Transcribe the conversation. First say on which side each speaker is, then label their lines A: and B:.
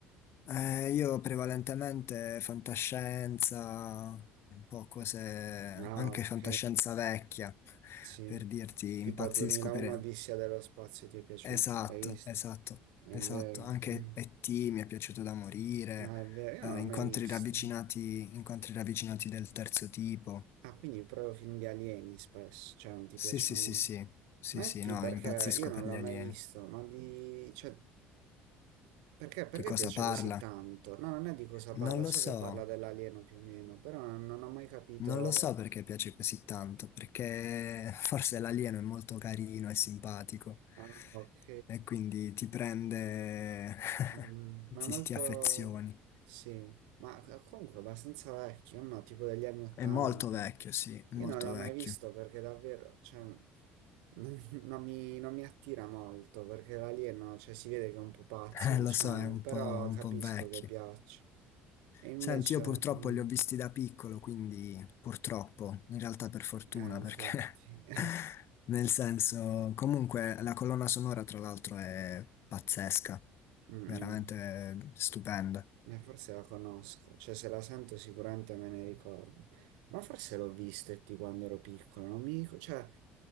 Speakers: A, on the left; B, on the right.
A: eh, io prevalentemente fantascienza, un po' cose,
B: Ah,
A: anche
B: ok,
A: fantascienza vecchia,
B: sì.
A: per dirti,
B: Tipo
A: impazzisco
B: 2001
A: per...
B: Odissea dello spazio ti è piaciuto,
A: Esatto,
B: l'hai visto?
A: esatto,
B: È
A: esatto.
B: vero.
A: Anche
B: eh.
A: E.T. mi è piaciuto da morire,
B: Ah, è vero, io
A: eh,
B: non l'ho
A: incontri
B: mai visto.
A: ravvicinati, incontri ravvicinati del terzo tipo.
B: Ah, quindi proprio film di alieni spesso, cioè non ti
A: Sì,
B: piacciono
A: sì, sì,
B: molto.
A: sì, sì,
B: Metti
A: sì, no,
B: perché
A: impazzisco
B: io non
A: per
B: l'ho
A: gli alieni.
B: mai visto, ma di... cioè, perché, perché
A: Di cosa
B: piace
A: parla?
B: così tanto? No, non è di cosa
A: Non
B: parla,
A: lo
B: so
A: so,
B: che parla dell'alieno più o meno, però non ho mai capito...
A: non lo so perché piace così tanto, perché <laughs> forse l'alieno è molto carino e simpatico
B: Ah, ok.
A: e quindi ti prende,
B: Mm,
A: <laughs>
B: ma
A: ti,
B: molto...
A: ti affezioni.
B: Sì, ma comunque abbastanza vecchio, no? Tipo degli anni 80.
A: È molto vecchio, sì, molto
B: Io non l'ho
A: vecchio.
B: mai visto
A: <laughs>
B: perché davvero, cioè, <laughs> non mi, non mi attira molto perché l'alieno, cioè, si vede che è un pupazzo,
A: Eh,
B: diciamo,
A: lo so, è un
B: però
A: po', un
B: capisco
A: po' vecchio.
B: che piace. E invece,
A: Senti, io purtroppo
B: mm,
A: li ho visti da piccolo, quindi purtroppo, in realtà per fortuna,
B: eh, infatti,
A: perché
B: <laughs>
A: <laughs> nel senso, comunque la colonna sonora tra l'altro è pazzesca,
B: Mm,
A: veramente stupenda.
B: eh, forse la conosco, cioè, se la sento sicuramente me ne ricordo. Ma forse l'ho visto e ti quando ero piccolo, non mi ricordo, cioè,